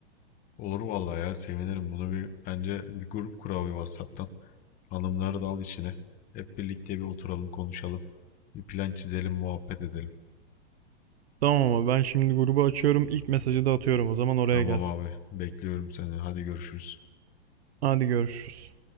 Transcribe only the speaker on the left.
Olur vallahi ya sevinirim. Bunu bir bence bir grup kur abi WhatsApp'tan. Hanımları da al içine. Hep birlikte bir oturalım konuşalım. Bir plan çizelim muhabbet edelim.
Tamam
abi bekliyorum seni. Hadi görüşürüz.